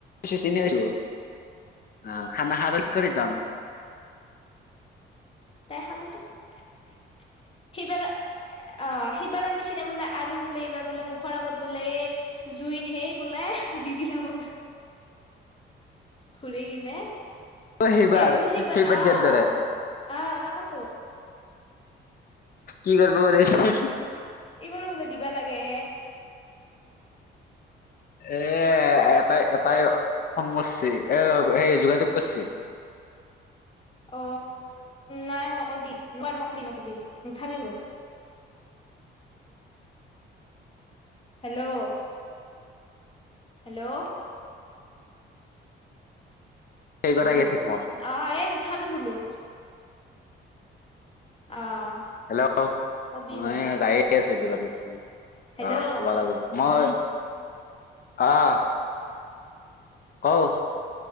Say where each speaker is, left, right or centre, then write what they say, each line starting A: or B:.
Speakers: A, on the left (about 50°); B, on the left (about 30°).
A: চিনি আছো আহ খানা খ বাগ কৰি যাম
B: তাই খাবতে সেইবাৰ আহ সিবাৰৰ নিচিনা বোলে আৰু বোলে এইবাৰ বোলে মুখৰ আগত বোলে এই জুইৰ সেই বোলে দি দিলে <inaudible>
A: উ
B: ঘুৰে কি ন
A: সেইবাৰ
B: এইবোলো সবাৰ
A: সেইবাৰ
B: আহ
A: দিয়াৰ দৰে
B: অ তাক
A: কি কৰব বছ
B: এইবাৰো বোল দিবা লাগে
A: এ এটাই এটাই ফোন কৰিছে এ সেই যোগাযোগ কৰছ
B: অ নাই নকৰিবি ন নকৰিবি নকৰিবি নুথাবি হেল্ল' হেল্ল'
A: সেই কথা গৈছিল মোৰ
B: অ এ নুঠাবি বোলো অ
A: হেল্ল'
B: কবি তই
A: এই যায়ে আছে কিবা ত
B: হেল্ল'
A: অ
B: এ
A: কবা লাগিব মই আহ অহ